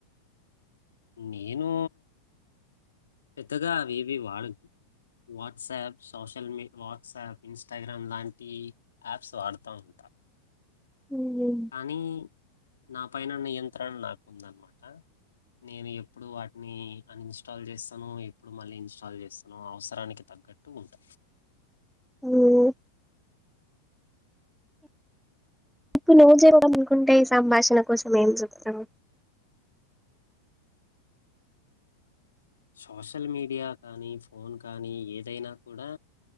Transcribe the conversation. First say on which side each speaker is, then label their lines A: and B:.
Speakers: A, on the left; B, in the centre.
A: నేను పెద్దగా అవేవి వాడను వాట్సాప్ సోషల్ మీ వాట్సాప్ ఇన్స్టాగ్రామ్ లాంటి యాప్స్ వాడుతా ఉంటా అ
B: మ్మ్.
A: కానీ నా పైన నియంత్రణ నాకుందన్నమాట నేను ఎప్పుడు వాటిని అన్ ఇన్స్టాల్ చేస్తానో ఎప్పుడు మళ్ళీ ఇన్స్టాల్ చేస్తానో అవసరానికి తగ గ్గట్టు ఉంట
B: ఉమ్ ఇప్పుడు నువ్వు చేయడం అనుకుంటే ఈ సంభాషణ కోసం ఏం చెప్తావు
A: సోషల్ మీడియా కానీ ఫోన్ కానీ ఏదైనా కూడా